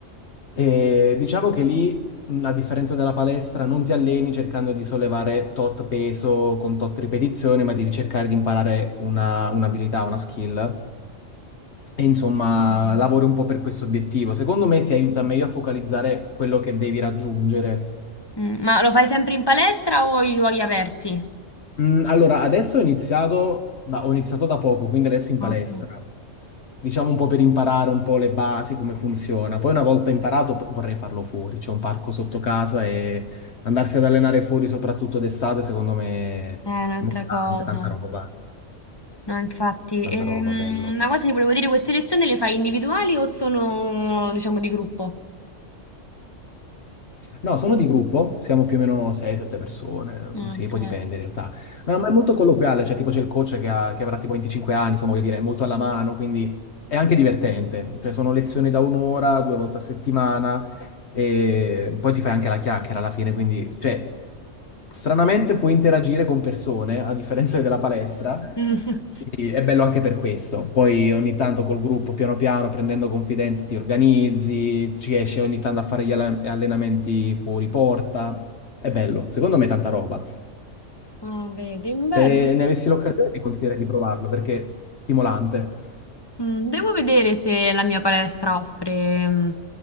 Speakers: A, on the left (about 60°); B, on the left (about 20°).
A: E diciamo che lì, a differenza della palestra, non ti alleni cercando di sollevare tot peso con tot ripetizioni, ma devi cercare di imparare una- un'abilità, una skill. E insomma,
B: Mm.
A: lavori un po' per questo obiettivo. Secondo me ti aiuta meglio a focalizzare quello che devi raggiungere.
B: Mm, ma lo fai sempre in palestra o in luoghi aperti?
A: Mm, allora, adesso ho iniziato da, ho iniziato da poco, quindi adesso in
B: Ok.
A: palestra. Diciamo un po' per imparare un po' le basi, come funziona. Poi una volta imparato p- vorrei farlo fuori. C'è un parco sotto casa e andarsi ad allenare fuori, soprattutto d'estate, secondo me,
B: È un'altra
A: mo-
B: cosa.
A: tante, tanta roba, va-
B: No, infatti,
A: tanta
B: ehm,
A: roba, bello.
B: una cosa ti volevo dire, queste lezioni le fai individuali o sono, diciamo, di gruppo?
A: No, sono di gruppo, siamo più o meno 6-7 persone, mm,
B: Ok.
A: sì, poi dipende in realtà. Ma, no, ma è molto colloquiale, cioè tipo c'è il coach che, ha- che avrà tipo 25 anni, insomma, voglio dire, è molto alla mano, quindi è anche divertente. Cioè sono lezioni da un'ora, due volte a settimana, e poi ti fai anche la chiacchiera alla fine, quindi, cioè, stranamente puoi interagire con persone, a differenza della palestra.
B: <laughs>
A: Quindi è bello anche per questo. Poi ogni tanto col gruppo, piano piano, prendendo confidenza, ti organizzi, ci esci ogni tanto a fare gli alle- allenamenti fuori porta. È bello, secondo me è tanta roba.
B: Ah, vedi,
A: Se
B: bello.
A: ne avessi l'occasione ti consiglierei di provarlo perché è stimolante.
B: Mm, Devo vedere se la mia palestra offre, mm,